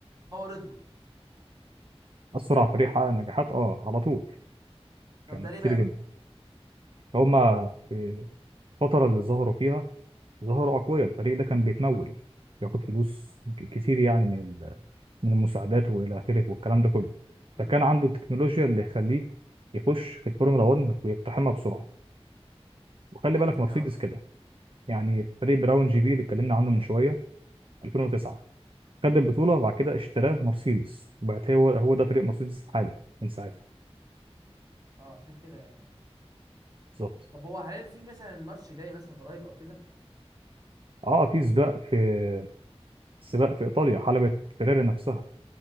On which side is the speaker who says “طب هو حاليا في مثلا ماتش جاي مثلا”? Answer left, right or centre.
Right